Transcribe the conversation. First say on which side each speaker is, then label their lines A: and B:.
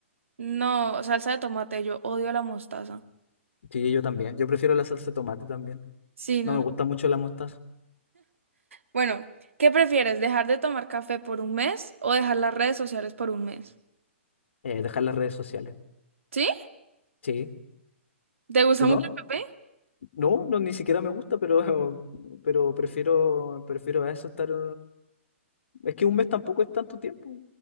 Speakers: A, on the right; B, on the left.
A: No, salsa de tomate, yo odio la mostaza.
B: Sí, yo también. Yo prefiero la salsa de tomate también.
A: Sí,
B: No
A: no,
B: me
A: no.
B: gusta mucho la mostaza.
A: Bueno, ¿qué prefieres? ¿Dejar de tomar café por un mes o dejar las redes sociales por un mes?
B: Eh, dejar las redes sociales.
A: ¿Sí?
B: Sí.
A: ¿Te gusta
B: ¿Tú
A: mucho
B: no?
A: el café?
B: No, no, ni siquiera me gusta, pero, <laughs> pero prefiero, prefiero a eso estar. eh, Es que un mes tampoco es tanto tiempo.